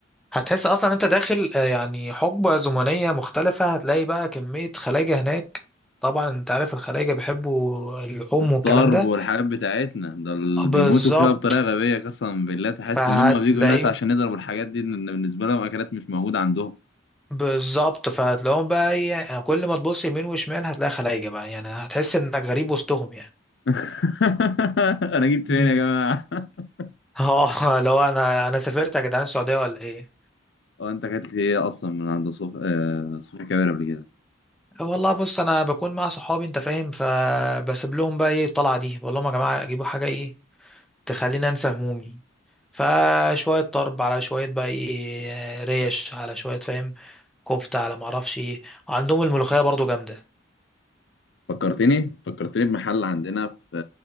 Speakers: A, in the centre; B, on the left.
A: هتحس أصلا انت داخل آه، يعني حقبة زمنية مختلفة هتلاقي بقى كمية خلايجة هناك طبعا انت عارف الخلايجة بيحبوا اللحوم
B: الطرب
A: والكلام ده
B: والحاجات بتاعتنا ده اللي
A: بالظبط
B: بيموتوا فيها بطريقة غبية قسما بالله تحس
A: فهتلاقيهم
B: ان هم بيجوا هنا عشان يضربوا الحاجات دي ان بالنسبة لهم اكلات مش موجودة عندهم
A: بالظبط فهتلاقيهم بقى ايه، يعني كل ما تبص يمين وشمال هتلاقي خلايجة بقى يعني هتحس انك غريب وسطهم
B: <laughs> انا جيت فين
A: يعني
B: يا جماعة؟ <laughs>
A: اه <laughs> لو انا انا سافرت يا جدعان السعوديه ولا ايه
B: هو انت اكلت ايه اصلا من عند صبحي آه... صبحي كابر قبل كده؟
A: آه والله بص انا بكون مع صحابي انت فاهم فبسيب لهم بقى ايه الطلعه دي بقول لهم يا جماعه جيبوا حاجه ايه تخليني انسى همومي فشويه طرب على شويه بقى ايه ريش على شويه فاهم كفته على ما اعرفش ايه وعندهم الملوخيه برضو جامده
B: فكرتني فكرتني بمحل عندنا في